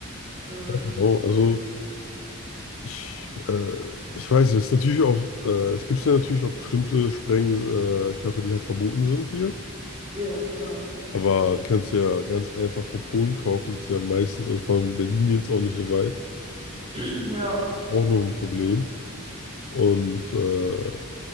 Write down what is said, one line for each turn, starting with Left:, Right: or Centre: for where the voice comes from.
Right: Äh,
Left: I don't know. also. Ich, äh, ich weiß nicht, es ist natürlich auch, äh, es gibt ja natürlich auch bestimmte Sprengkörper, äh, Körper, die halt verboten sind hier.
Right: ja, klar.
Left: Aber die kannst du ja ganz einfach von Polen kaufen. Ist ja meistens, also vor allem Berlin jetzt auch nicht so weit.
Right: <clears throat> Ja.
Left: Auch noch ein Problem. Und äh,